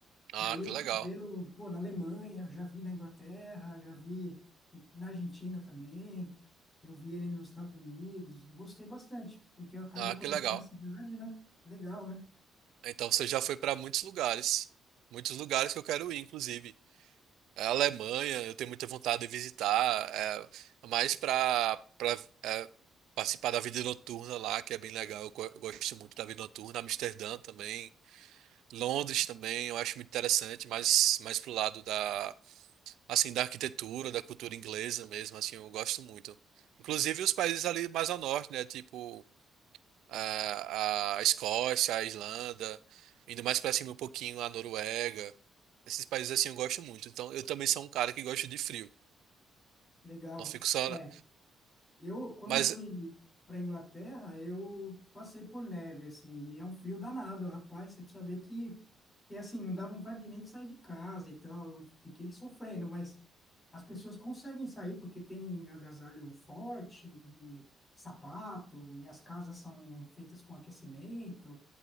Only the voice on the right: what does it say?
Ah,
que legal.
Ah,
que legal.
Então você já foi pra muitos lugares, muitos lugares que eu quero ir, inclusive. É A Alemanha, eu tenho muita vontade de visitar, é, mais pra para participar da vida noturna lá, que é bem legal. Eu, go- eu gosto muito da vida noturna. Amsterdã também, Londres também, eu acho muito interessante, mas mais pro lado da assim, da arquitetura, da cultura inglesa mesmo, assim, eu gosto muito. Inclusive os países ali mais ao norte, né, tipo a, a Escócia, a Islanda, indo mais pra cima um pouquinho a Noruega. Esses países assim eu gosto muito. Então eu também sou um cara que gosta de frio.
Não fico só,
na-
mas